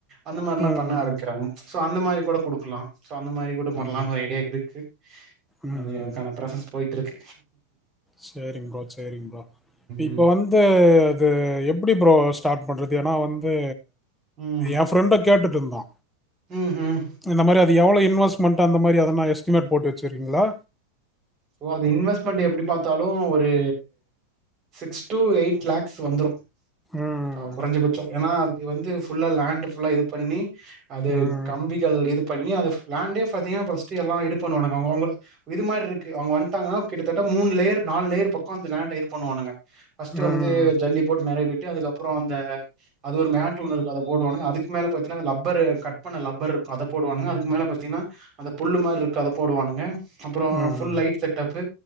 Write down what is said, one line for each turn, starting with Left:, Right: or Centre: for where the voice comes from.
Right: அந்த மாரிலா
Centre: ம் ம்
Right: பண்ண ஆரம்பிக்கிறாங் ஸோ அந்த மாரி கூட குடுக்கலா சோ அந்த மாரி கூட பண்லான்
Centre: ம்
Right: ஒரு ஐடியா இருக்கு
Centre: ம்
Right: அது எனக்கான பிராசஸ் போயிட்ருக்
Centre: சேரிங் ப்ரோ சேரிங் ப்ரோ இப்ப
Right: ம்
Centre: வந்து அது எப்படி ப்ரோ ஸ்டார்ட் பண்றது ஏன்னா வந்து
Right: ம்
Centre: எ ஃப்ரெண்ட கேட்டுட்ருந்தோ
Right: ம் ம்
Centre: இந்த மாரி அது எவ்ளோ இன்வஸ்ட்மண்ட் அந்த மாரி எதனா எஸ்டிமேட் போட் வச்சிருக்கீங்களா
Right: ஸோ அது இன்வெஸ்ட்மெண்ட் எப்படி பாத்தாலு ஒரு சிக்ஸ் டு எயிட் லேக்ஸ் வந்துரு
Centre: ம்
Right: அ கொறஞ்ச பட்சோ ஏன்னா அதுக்கு வந்து ஃபுல்லா லேண்ட்டு ஃபுல்லா இது பண்ணி அது
Centre: ம்
Right: கம்பிகள் இதுக் பண்ணி அதஃப் லேண்டே ஃபாத்தீங்கனா பஸ்ட்டு எல்லா இது பண்ணுவானுங்கோ அவங்க அவங்க இது மார் இருக் கு அவங்க வந்ட்டாங்கன்னா கிட்டத்தட்ட மூன் லேயர் நால்லேயர் பக்கோ அந்த லேண்ட இது பண்ணுவானுங்க பஸ்ட்டு வந்து
Centre: ம்
Right: ஜல்லி போட் நெறைய கட்டி அதுக்கப்புறோ அந்த அது ஒரு மேட்டு ஒன்னு இருக்கு அத போடுவானுங்க அதுக்கு மேல பாத்தீன்னா அது லப்பரு கட் பண்ண லப்பர் இருக்கு அத போடுவாங்க அதுக்கு மேல பாத்தீன்னா அந்த புல்லு மார்ருக்க அத போடுவானுங்க அப்புறோ
Centre: ம்
Right: செட்டப்பு